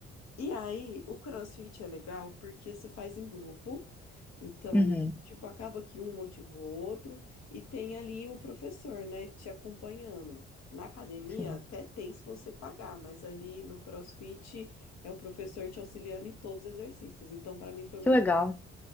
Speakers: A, on the left; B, in the centre.
A: E aí, o CrossFit é legal porque você faz em grupo. Então,
B: Uhum,
A: tipo, acaba que um motiva o outro e tem ali o professor, né, te acompanhando. Na academia
B: sim.
A: até tem se você pagar, mas ali no CrossFit é o professor te auxiliando em todos os exercícios. Então, pra mim foi muito.
B: Que legal.